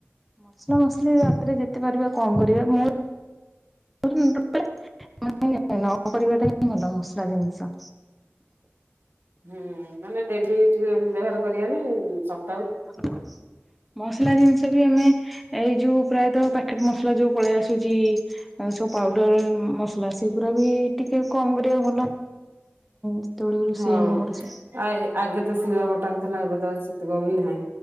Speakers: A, in the centre; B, on the right.
A: ମସଲା ମସଲି ରାତିରେ ଯେତେ ପାରିବା କଣ କରିବା ମୁଁ <unintelligible> ମାନ ନ କରିବାଟା ହିଁ ଭଲ ମସଲା ଜିନିଷ।
B: ହୁଁ ମାନେ ଡେଲି ବ୍ୟବହାର କରିବାନି ସ
A: ହୋ ମସଲା ଜିନିଷ ବି ଆମେ ଏଇ ଯୋଉ ପ୍ରାୟତଃ ପ୍ୟାକେଟ ମସଲା ଯୋଉ ପଳେଇ ଆସୁଚି। ଆଉ ସବୁ ପାଉଡର ମସଲା ସେଗୁରା ବି ଟିକେ କମ କରିବାକୁ ଭଲ। ଯେତେବେଳେ ରୋଷେଇ
B: ହଁ
A: ଆମେ କରୁଛେ
B: ଆ ଆଗେ ତ ଶିଳ ବଟା ହେଥିଲା ଏବେ ତ ଆଉ ସେତିକ ବି ନାହିଁ।